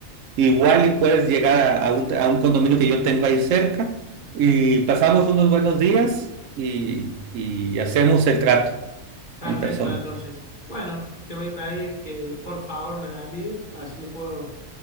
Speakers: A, on the right; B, on the left.
A: igual y puedes llegar a, a un, a un condominio que yo tengo ahí cerca y pasamos unos buenos días y, y hacemos el trato
B: Perfecto,
A: en persona.
B: entonces. Bueno, te voy a pedir que por favor me la envíes, así lo puedo,